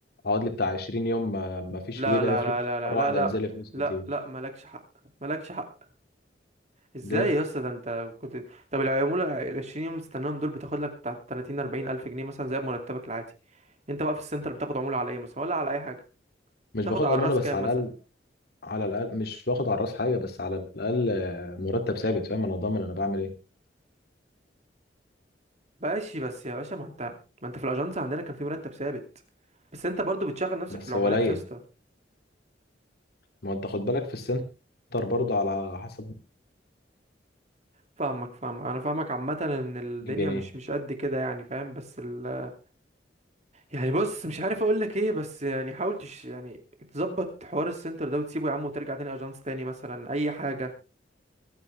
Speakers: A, on the left; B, on the right.
A: اقعد لي بتاع 20 يوم ما ما فيش
B: لا
A: في جيبي
B: لا
A: اي فلوس
B: لا لا لا
A: مره
B: لا
A: واحده
B: لا
A: ينزل لي فلوس
B: لا
A: كتير
B: لا مالكش حق مالكش حق ازاي
A: ليه
B: يا اسطى ده انت كنت طب العموله ال 20 يوم اللي بتستناهم دول بتاخد لك بتاع 30 40 الف جنيه مثلا زي مرتبك العادي انت بقى في السنتر بتاخد عموله على ايه مثلا ولا على اي حاجه
A: مش
B: تاخد
A: باخد
B: على
A: عموله
B: الراس
A: بس
B: كام
A: على
B: مثلا
A: الاقل على الاقل مش باخد على الراس حاجه بس على الاقل آه، مرتب ثابت فاهم انا ضامن انا بعمل ايه
B: ماشي بس يا باشا ما انت ما انت في الاجنس عندنا كان في مرتب ثابت بس انت برضو بتشغل نفسك
A: بس
B: في العملات
A: قليل
B: يا اسطى
A: ما انت خد بالك في السنتر برضه على حسب
B: فاهمك فاهمك انا فاهمك عامه ان الدنيا
A: 100 جنيه
B: مش مش قد كده يعني فاهم بس ال... يعني بص مش عارف اقول لك ايه بس يعني حاول تش... يعني تظبط حوار السنتر ده وتسيبه يا عم وترجع تاني اجنس تاني مثلا اي حاجه